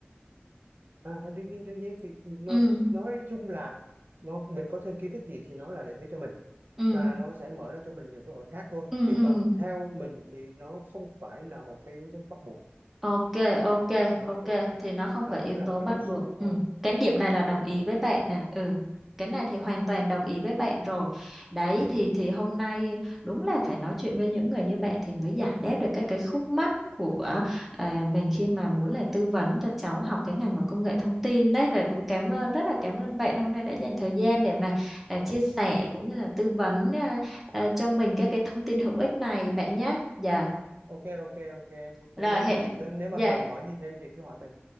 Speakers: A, on the right; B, in the centre.
A: à, đương nhiên đương nhiên thì nó
B: ừ
A: nói chung là nó mình có thêm kiến thức gì thì nó là lợi thế cho mình
B: ừ
A: và nó sẽ mở ra cho mình nhiều cơ hội khác thôi
B: ừ
A: chứ
B: ừ
A: còn theo mình thì nó không phải là một cái yếu tố bắt buộc
B: Ok, ok,
A: nó
B: ok
A: không phải
B: thì nó không
A: nó
B: phải
A: vẫn
B: yếu
A: là
B: tố
A: một cái
B: bắt
A: bổ sung
B: buộc.
A: thôi
B: Ừ, cái điểm này là
A: nó
B: đồng
A: phải
B: ý
A: là một
B: với
A: cái
B: bạn
A: bổ
B: này. Ừ. Cái này
A: sung
B: thì
A: thôi.
B: hoàn toàn đồng ý với bạn rồi. Đấy thì thì hôm nay đúng là phải nói chuyện với những người như bạn thì mới giải đáp được các cái khúc mắc của à, mình khi mà muốn là tư vấn cho cháu học cái ngành mà công nghệ thông tin đấy rồi cũng cảm ơn rất là cảm ơn bạn hôm nay đã dành thời gian để mà à, chia sẻ cũng như là tư vấn à, à, cho mình các cái thông tin hữu ích này bạn nhé. Dạ.
A: ok ok ok không
B: Rồi
A: có vấn
B: hẹn
A: đề gì cứ nếu mà
B: dạ
A: cần hỏi gì thêm thì cứ hỏi mình